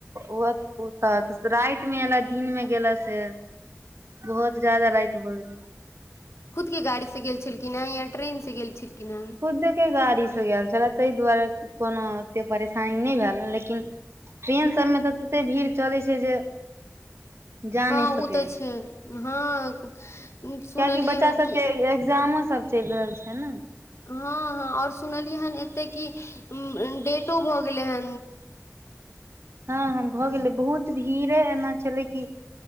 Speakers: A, on the right (about 60°); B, on the left (about 65°).
A: ओ ओ तऽ राइत मे एयला दिन मे गेला से बहुत ज्यादा राइत भअ गेलै
B: खुद के गाड़ी से गेल छलखिन हे या ट्रेन से गेल छलखिन हेँ
A: खुद के गाड़ी से गैल छले तइ दुआरे कोनो ओते परेशानी नय भेल ह लेकिन ट्रेन सभमे तऽ ततेक् भीड़ चलै छै जे जा
B: हँ
A: नहि सकै
B: ओ तऽ छै हँ उम्म, सुनलियै
A: कियकि बच्चा
B: हन
A: सबके
B: कि
A: एग्जामो सब चलि रहल छै नै
B: हँ हँ आओर सुनलियै हेन एतेक की उं उं डेटो भऽ गेलै हेन
A: हँ हँ भऽ गेलै बहुत भीड़े एना छलै कि